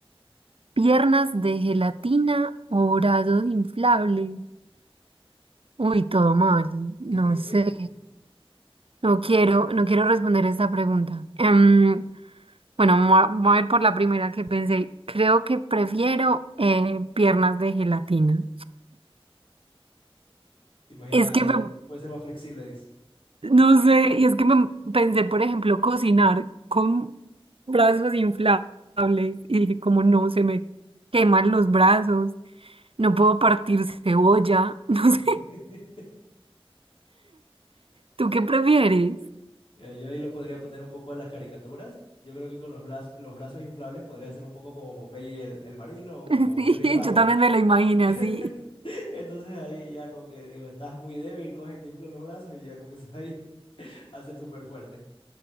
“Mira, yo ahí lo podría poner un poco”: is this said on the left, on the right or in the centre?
Left